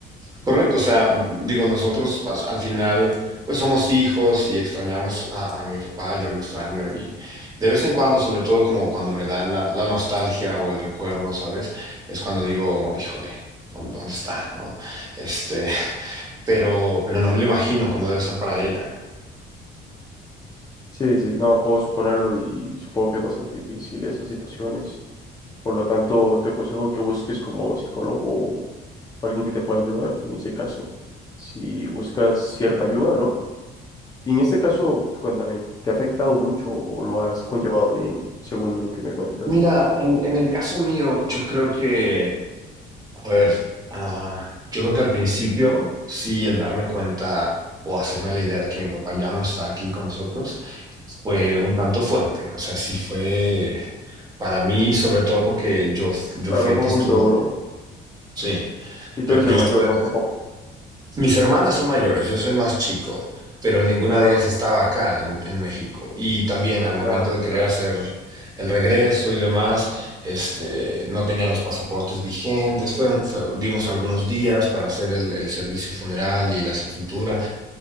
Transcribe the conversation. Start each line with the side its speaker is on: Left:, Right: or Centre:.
Right: Correcto, o sea, digo, nosotros pues, al final, pues somos hijos y extrañamos a, a mi papá, yo lo extraño y de vez en cuando, sobre todo como cuando me da la, la nostalgia o el recuerdo, ¿sabes? Es cuando digo, híjole, ¿dó- ¿dónde está? ¿No? Este, <laughs> pero, pero no me lo imagino cómo debe ser para ella.
Left: Sí, sí, no, puedo suponerlo y supongo que es bastante difícil esas situaciones. Por lo tanto, te aconsejo que busques como psicólogo o alguien que te pueda ayudar en ese caso, si buscas cierta ayuda, ¿no? Y en este caso, cuéntame, ¿te ha afectado mucho o lo has conllevado bien, según lo que me cuentas?
Right: Mira, en, en el caso mío, yo creo que A ver, ah, yo creo que al principio sí el darme cuenta o hacerme la idea de que mi papá ya no está aquí con nosotros fue un tanto fuerte. O sea, sí fue para mí, sobre todo porque yo, yo
Left: Claro,
Right: fui el
Left: fue
Right: que
Left: un
Right: estuvo.
Left: golpe duro.
Right: Sí,
Left: Y tú
Right: yo,
Left: eres
Right: yo
Left: el mayor,
Right: estuve
Left: ¿no? Supongo.
Right: mis hermanas son mayores, yo soy el más chico, pero ninguna
Left: Ah,
Right: de ellas estaba acá en, en México. Y también al
Left: claro,
Right: momento de querer
Left: claro.
Right: hacer el regreso y demás, este, no tenían los pasaportes vigentes. Fue, fue- dimos algunos días para hacer el, el servicio funeral y la sepultura,